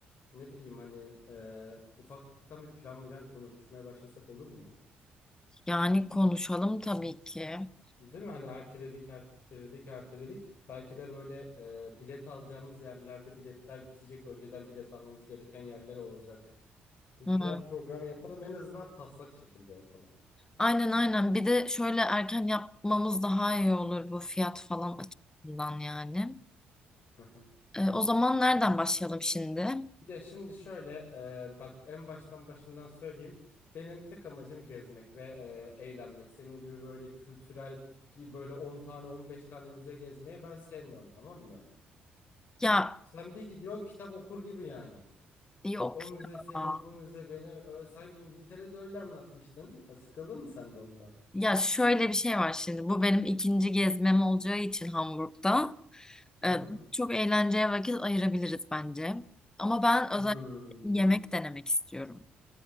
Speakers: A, on the left (about 55°); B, on the left (about 15°).
A: Ne bileyim hani e, ufaktan bir plan bilen konuşmaya başlasak olur mu?
B: Yani konuşalım tabii ki.
A: Değil mi? Hani erteledik, erteledik, erteledik. Belki de böyle e, bilet alacağımız yerlerde biletler bitecek. Önceden bilet almamız gereken yerler olacak. Bir
B: Hı.
A: plan program yapalım. En azından taslak şekilde yapalım.
B: Aynen aynen. Bir de şöyle erken yapmamız daha iyi olur bu fiyat falan açısından yani.
A: Hı hı.
B: E, o zaman nereden başlayalım şimdi?
A: Ya şimdi şöyle e, bak en baştan başından söyleyeyim. Benim tek amacım gezmek ve e, eğlenmek. Senin gibi böyle kültürel ki böyle 10 tane 15 tane müze gezmeyi ben sevmiyorum tamam mı?
B: Ya
A: Sen bir gidiyorsun kitap okur gibi yani.
B: yok
A: O müze senin
B: ya.
A: bu müze beni Ö, sen İngiltere'de öyle anlatmıştın. Ha, sıkıldın mı sen de ondan?
B: Ya şöyle bir şey var şimdi. Bu benim ikinci gezmem olacağı için Hamburg'da. E,
A: Hı hı.
B: çok eğlenceye vakit ayırabiliriz bence. Ama ben özellikle
A: Hmm.
B: yemek denemek istiyorum.